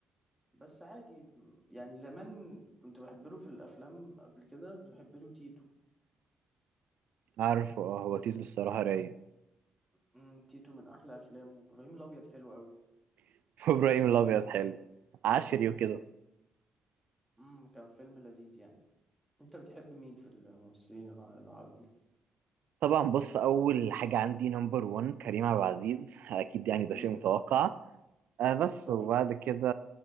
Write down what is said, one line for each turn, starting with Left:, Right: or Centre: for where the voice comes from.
Centre: بس عادي يعني زمان كنت بحب له في الافلام قبل كده كنت بحب له تيتو
Right: عارفه اه هو تيتو الصراحه رايق
Centre: أمم، تيتو من احلى افلامه وابراهيم الابيض حلو قوي
Right: <laughs> وابراهيم الابيض حلو عشري وكده
Centre: امم كان فيلم لذيذ يعني انت بتحب مين في الممثلين الع- العربي
Right: طبعا بص اول حاجه عندي نمبر 1 كريم عبد العزيز اكيد يعني ده
Centre: مم.
Right: شيء متوقع آه بس
Centre: طبعا
Right: وبعد كده